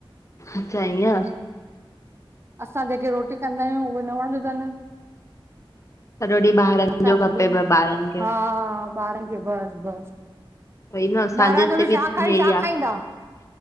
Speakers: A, on the left (about 30°); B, on the right (about 25°).
A: अच्छा ईंअ
B: असां जेके रोटी कंदा आयूं उहे न वणंदी तन्।
A: सॼो ॾींहुं ॿारनि
B: असांखे
A: जो खपेव
B: ॿयो
A: ॿारनि खे
B: हां-हां बारन खे बस बस।
A: सही में, असांजे
B: ॿाहिरां
A: इतेे
B: जो
A: बि
B: छा खाई
A: ईऐ
B: छा
A: आ।
B: खाईंदा